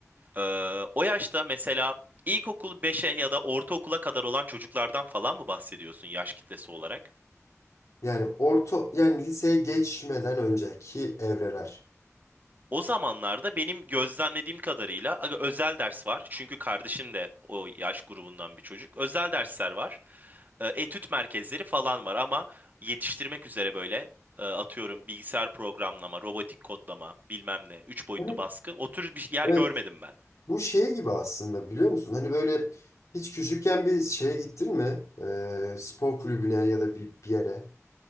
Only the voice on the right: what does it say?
e, o yaşta mesela ilkokul beşe ya da ortaokula kadar olan çocuklardan falan mı bahsediyorsun yaş kitlesi olarak?
O zamanlarda benim gözlemlediğim kadarıyla aga, özel ders var. Çünkü kardeşim de o yaş grubundan bir çocuk. Özel dersler var. e, etüt merkezleri falan var ama yetiştirmek üzere böyle e, atıyorum bilgisayar programlama, robotik kodlama, bilmem ne, üç boyutlu
baskı o tür bir yer
görmedim ben.